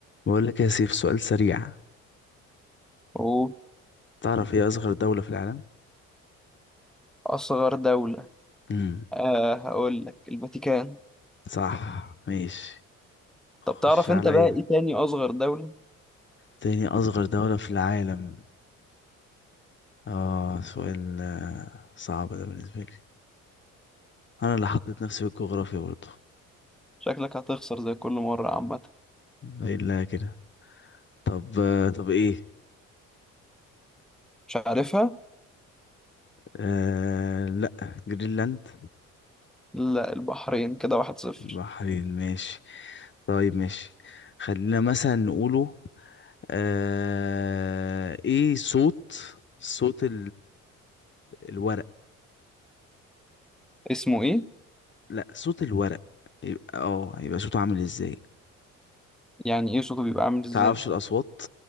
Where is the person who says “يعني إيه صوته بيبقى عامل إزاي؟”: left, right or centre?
Centre